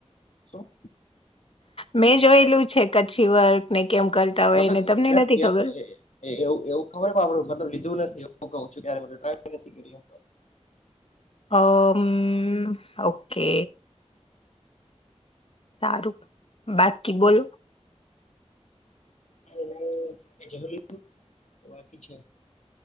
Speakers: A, on the left; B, on the left.
A: શું?
B: મેં જોયેલું છે કચ્છી વર્ક ને કેમ કરતા હોય
A: મતલબ
B: ને તમને
A: એના
B: નથી ખબર.
A: એવું એવું ખબર આપડે મતલબ લીધું નથી એવું કહું છું ટ્રાય નથી.
B: હ ઓકે. સારું બાકી બોલો.
A: જમી લીધું બાકી છે?